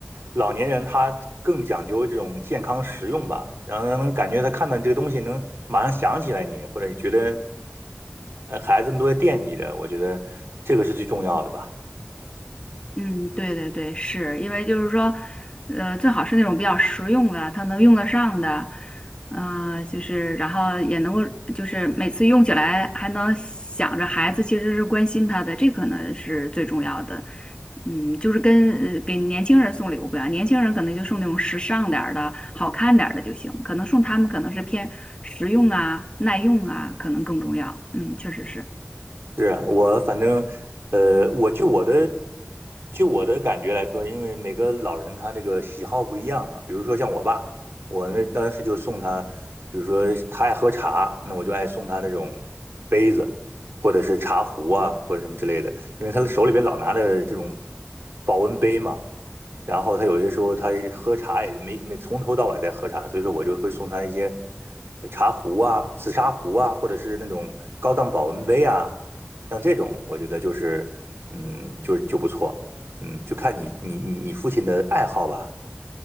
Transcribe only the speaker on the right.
老年人他更讲究这种健康实用吧，然后让人感觉他看到你这个东西能马上想起来你，或者觉得呃孩子们都在惦记着，我觉得这个是最重要的吧。
是啊，我反正，呃，我就我的，就我的感觉来说，因为每个老人他那个喜好不一样嘛。比如说像我爸，我那当时就送他，比如说他爱喝茶，那我就爱送他那种杯子，或者是茶壶啊，或者什么之类的，因为他手里边老拿着这种保温杯嘛。然后他有些时候他喝茶也没没从头到尾在喝茶，所以说我就会送他一些茶壶啊、紫砂壶啊，或者是那种高档保温杯啊。像这种，我觉得就是，嗯，就就不错，嗯，就看你你你你父亲的爱好吧，